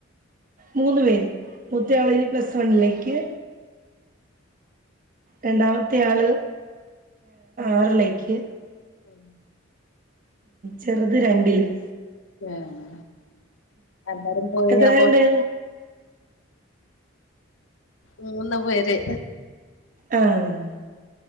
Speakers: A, on the right; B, on the left.
A: മൂന്ന് പേര് മൂത്തയാളിനി പ്ലസ് വണ്ണിലേക്ക് രണ്ടാമത്തെ ആള് ആറിലേക്ക്
B: <inaudible>
A: ചെറുത് രണ്ടിലും
B: ഏഹ് എല്ലാരും പോയി
A: എത്ര
B: അപ്പൊ
A: ആളുണ്ട്
B: മൂന്ന് പേര്
A: ആഹ്